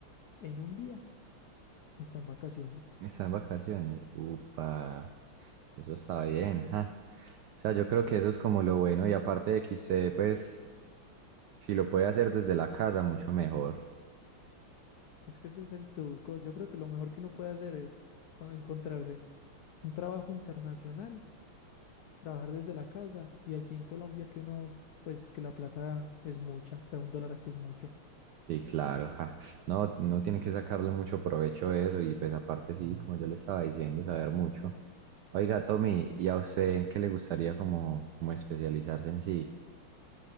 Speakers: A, on the left; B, on the right.
A: en un día, está en vacaciones.
B: está en vacaciones. Upa, eso está bien, ja. O sea, yo creo que eso es como lo bueno y aparte de que usted, pues, si lo puede hacer desde la casa, mucho mejor.
A: Es que ese es el truco. Yo creo que lo mejor que uno puede hacer es co- encontrarse un trabajo internacional, trabajar desde la casa y aquí en Colombia que uno, pues que la plata es mucha, o sea, un dólar aquí es mucho.
B: Sí, claro. ja. No, no tiene que sacarle mucho provecho a eso y pues aparte sí, como yo le estaba diciendo, saber mucho. Oiga, Tommy, ¿y a usted en qué le gustaría como, como especializarse en sí?